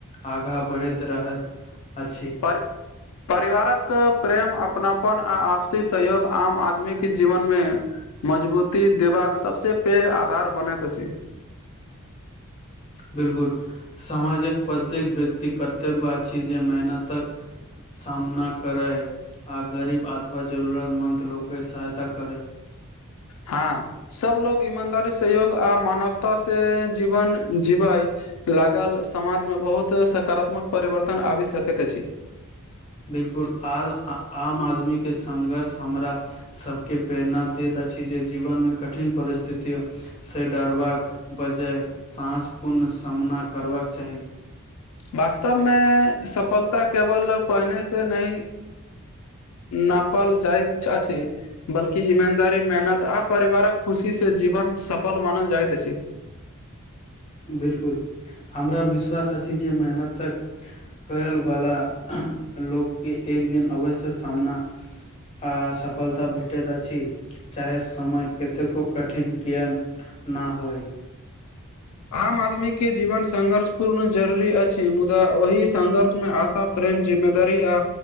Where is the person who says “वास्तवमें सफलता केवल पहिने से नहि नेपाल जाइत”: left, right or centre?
Left